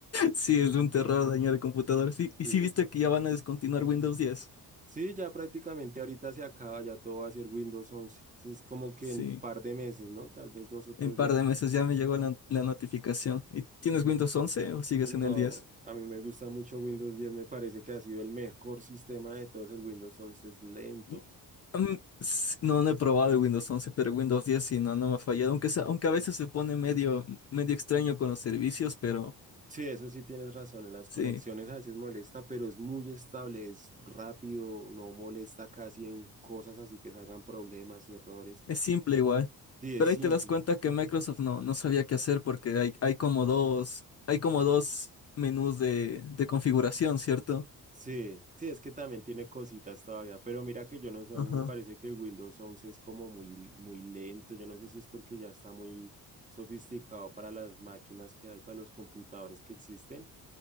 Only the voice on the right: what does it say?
Sí.
Sí, ya prácticamente ahorita se acaba, ya todo va a ser Windows 11, es como que
en par de meses, ¿no? Tal vez dos o tres
meses.
No,
a mí me gusta mucho Windows diez. me parece que ha sido el mejor sistema de todos. El Windows once es lento.
Sí, eso sí tienes razón, en las
conexiones a veces molesta, pero es muy estable, es rápido, no molesta casi en cosas así que salgan problemas, errores.
Sí, es
simple.
Sí, sí, es que también tiene cositas todavía, pero mira que yo no sé,
a mí me parece que el Windows once es como muy, muy lento. Yo no sé si es porque ya está muy sofisticado para las máquinas que hay, para los computadores que existen